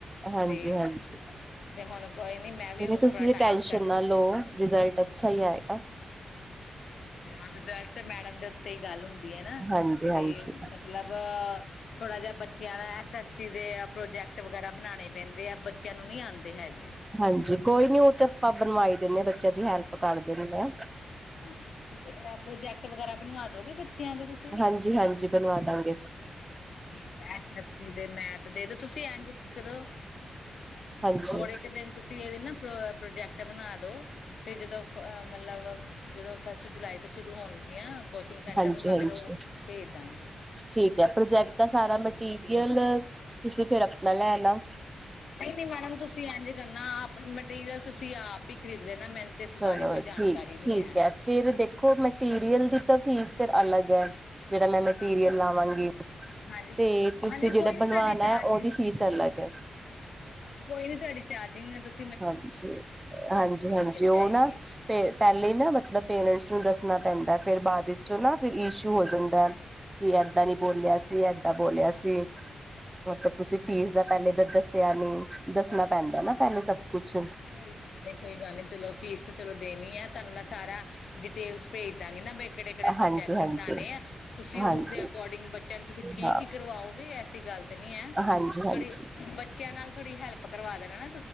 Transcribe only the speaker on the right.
ਹਾਂਜੀ
ਹਾਂਜੀ
ਤੁਸੀਂ
ਦੀ
ਟੈਸ਼ਨ
ਨਾਲ ਲਓ ਰਿਜ਼ਲਟ ਅੱਛਾ ਹੀ ਆਏਗਾ
ਹਾਂਜੀ
ਹਾਂਜੀ।
ਹਾਂਜੀ ਕੋਈ ਨੀ ਉਹ ਤੇ ਆਪਾਂ ਬਣਵਾਈ ਦਿੰਦੇ ਹਾਂ ਬੱਚਿਆਂ ਦੀ ਹੈਲਪ ਕਰ ਦਿੰਦੇ ਹ।
ਹਾਂਜੀ ਹਾਂਜੀ ਬਣਵਾ ਦਾਂਗੇ।
ਹਾਂਜੀ
ਹਾਂਜੀ
ਹਾਂਜੀ
ਠੀਕ ਹੈ ਪ੍ਰੋਜੈਕਟ ਦਾ ਸਾਰਾ ਮਟੀਰੀਅਲ ਤੁਸੀਂ ਫਿਰ ਆਪਣਾ ਲੈਣਾ
ਚਲੋ
ਠੀਕ ਠੀਕ
ਫਿਰ ਦੇਖੋ ਮਟੀਰੀਅਲ ਦੀ ਤਾਂ ਫੀਸ ਫਿਰ ਅਲੱਗ ਹੈ ਜਿੜਾ ਮੈਂ ਮਟੀਰੀਅਲ
ਲਾਵਾਂਗੀ
ਤੇ ਤੁਸੀਂ
ਜਿਹੜਾ
ਬਣਵਾਣਾ
ਹੈ ਉਹਦੀ ਫੀਸ ਅਲੱਗ ਹੈ
ਹਾਂਜੀ ਹਾਂਜੀ ਹਾਂਜੀ
ਉਹ
ਨਾ ਪਹਿਲੇ ਨਾ ਮਤਲਬ ਪੇਰੈਂਟਸ ਨੂੰ ਦੱਸਣਾ ਪੈਂਦਾ ਫੇਿਰ ਬਾਅਦ ਵਿੱਚੋਂ ਨਾ ਫਿਰ ਇਸ਼ੂ ਹੋ ਜਾਂਦਾ ਕਿ ਏਦਾਂ ਨੀ ਬੋਲਿਆ ਸੀ ਏਦਾਂ ਬੋਲਿਆ ਸੀ ਮਤਲਬ ਤੁਸੀਂ ਫੀਸ ਦਾ ਪਹਿਲੇ ਦੱਸਿਆ ਨਿ ਦੱਸਣਾ ਪੈਂਦਾ ਨਾ ਪਹਿਲੇ ਸਭ ਕੁਛ
ਹਾਂਜੀ,
ਹਾਂਜੀ,
ਹਾਂਜੀ,
ਹਾਂ
ਹਾਂਜੀ, ਹਾਂਜੀ,